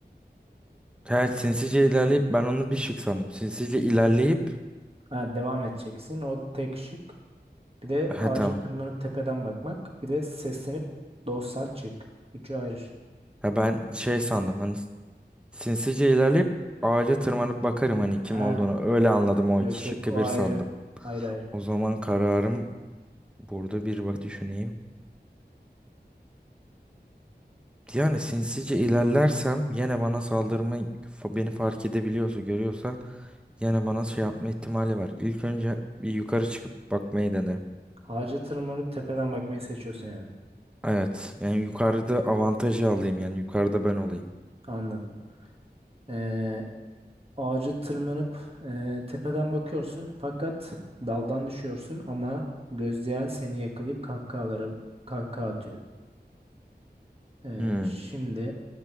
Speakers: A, in the centre; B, on the right.
A: Ha, sinsice ilerleyip ben onu bir şık sandım. Sinsice ilerleyip
B: Ha, devam edeceksin. O tek şık. Bir de
A: ha
B: ağaca
A: tamam.
B: tırmanıp tepeden bakmak. Bir de seslenip dostsan çık. Üçü ayrı şey.
A: Ha ben şey sandım hani sinsice ilerleyip ağaca tırmanıp bakarım hani kim
B: Ha
A: olduğunu. Öyle anladım o
B: Yok
A: iki şıkkı
B: yok o
A: bir
B: ayrı.
A: sandım.
B: Ayrı ayrı.
A: O zaman kararım burada bir bak düşüneyim. Yani sinsice ilerlersem yine bana saldırma fa- beni fark edebiliyorsa görüyorsa yine bana şey yapma ihtimali var. İlk önce bir yukarı çıkıp bakmayı denerim.
B: Ağaca tırmanıp tepeden bakmayı seçiyorsun yani.
A: Evet. Yani yukarıda avantajı alayım. Yani yukarıda ben olayım.
B: Anladım. Ee, ağaca tırmanıp e, tepeden bakıyorsun fakat daldan düşüyorsun ama gözleyen seni yakalayıp kahkahalara kahkaha atıyor. Ee,
A: Hmm.
B: şimdi